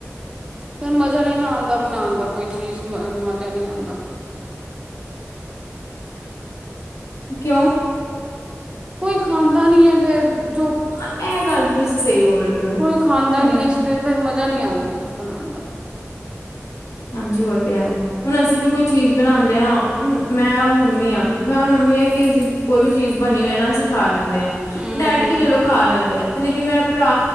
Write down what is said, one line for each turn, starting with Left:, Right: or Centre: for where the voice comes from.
Right: ਫੇਰ ਮਜ਼ਾ ਨੀ ਨਾ ਆਦਾ ਬਣਾਣ ਦਾ ਕੋਈ ਚੀਜ਼ ਮਜ਼ਾ ਨੀ ਆਦਾ।
Left: ਕਿਉਂ?
Right: ਕੋਈ ਖਾਂਦਾ ਨੀ ਐ ਫੇਰ ਅ ਜੋ
Left: ਹਾਂ ਇਹ ਗੱਲ ਤੁਸੀਂ ਸਹੀ ਬੋਲ ਰਹੇ ਹੋ
Right: ਕੋਈ ਖਾਂਦਾ
Left: ਇਹ
Right: ਨੀ
Left: ਗੱਲ
Right: ਐ ਸਵੇਰੇ ਮਜਾ ਨੀ ਆਦਾ ਕੁਛ ਬਣਾਣ ਦਾ।
Left: ਹਾਂਜੀ ਉਹ ਤੇ ਹੈ। ਹੁਣ ਅਸੀਂ ਵੀ ਕੋਈ ਚੀਜ਼ ਬਣਾਦੇ ਆ ਨਾ ਹੁਣ, ਮੈਂ ਔਰ ਮੰਮੀ ਆ ਮੈਂ ਔਰ ਮੰਮੀ ਹੈਗੀ। ਕੋਈ ਵੀ ਚੀਜ਼ ਬਣੀ ਹੋਏ ਨਾ ਅਸੀਂ ਖਾ ਲੈਂਦੇ ਆ,
Right: ਹੂੰ
Left: ਡੈਡੀ
Right: ਹੂੰ
Left: ਵੀ ਚਲੋ ਖਾ ਲੈਂਦੇ ਆ ਤੇ ਲੇਕਿਨ ਮੇਰਾ ਭਰਾ